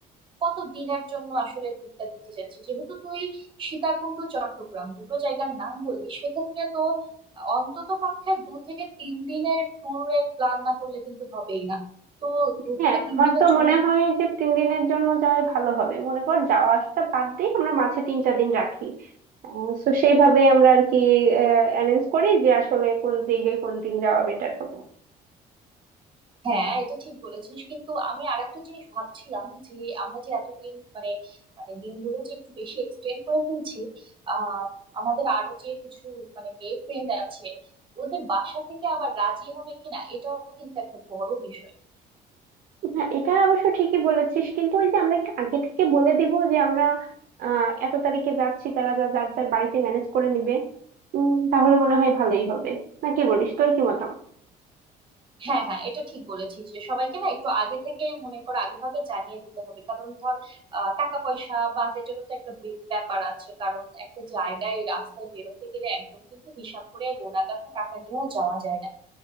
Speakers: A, on the right; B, on the right.
A: কত দিনের জন্য আসলে ট্যুরটা দিতে যাচ্ছি যেহেতু তুই সীতাকুণ্ড চট্টগ্রাম দুটো জায়গার নাম বললি সেক্ষেত্রে তো অন্তত পক্ষে দু থেকে তিন দিনের ট্যুরের প্ল্যান না করলে কিন্তু হবেই না তো দু
B: হ্যাঁ
A: থেকে তিন
B: আমার
A: দিনের
B: তো
A: জন্য
B: মনে হয় যে তিন দিনের জন্য যাওয়াই ভালো হবে মনে কর যাওয়া আসাটা বাদ দিয়ে আমরা মাঝে তিনটা দিন রাখি তো সেইভাবে আমরা আর কি অ্যারেঞ্জ করি যে আসলে কোন দিকে কোন দিন যাওয়া বেটার হবে
A: হ্যাঁ এটা ঠিক বলেছিস কিন্তু আমি আরেকটা জিনিস ভাবছিলাম যে আমরা যে এতদিন মানে মানে দিনগুলো যে একটু বেশি এক্সটেন্ড করে ফেলছি আহ আমাদের আরো যে কিছু মানে মেয়ে ফ্রেন্ড আছে ওদের বাসা থেকে আবার রাজি হবে কিনা এটাও কিন্তু একটা বড় বিষয়
B: হ্যাঁ এটা অবশ্য ঠিকই বলেছিস কিন্তু ওই যে আমরা একটু আগে থেকে বলে দিব যে আমরা আহ এত তারিখে যাচ্ছি তারা যা যার যার বাড়িতে ম্যানেজ করে নিবে উম তাহলে মনে হয় ভালোই হবে না কি বলিস তোর কি মতামত
A: হ্যাঁ হ্যাঁ এটা ঠিক বলেছিস যে সবাইকে না একটু আগে থেকে মনে কর আগে ভাগে জানিয়ে দিতে হবে কারণ ধর আহ, টাকা পয়সা বাজেটেরও তো একটা বি- ব্যাপার আছে কারণ একটা জায়গায় রাস্তায় বেরোতে গেলে একদম কিন্তু হিসাব করে গোনা কাটা টাকা নিয়েও যাওয়া যায় না